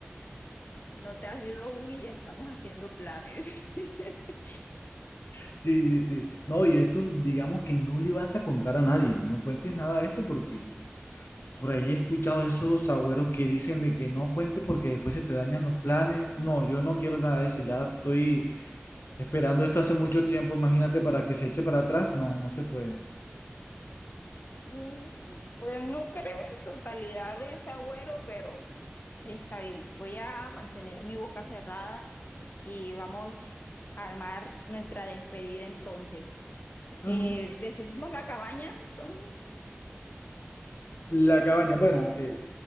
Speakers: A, on the left; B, on the left.
A: No te has ido aún y ya estamos haciendo planes. <laughs>
B: Sí, sí, sí. No, y eso, digamos que no le vas a contar a nadie. No cuentes nada de esto porque Por ahí he escuchado esos agüeros que dicen de que no cuente porque después se te dañan los planes. No, yo no quiero nada de eso. Ya estoy esperando esto hace mucho tiempo. Imagínate para que se eche para atrás. No, no se puede.
A: Mm, Pues no creo en totalidad de ese agüero, pero está bien. Voy a mantener mi boca cerrada y vamos a armar nuestra despedida entonces.
B: Mm,
A: Eh, decidimos la cabaña, entonces.
B: La cabaña. Bueno, aunque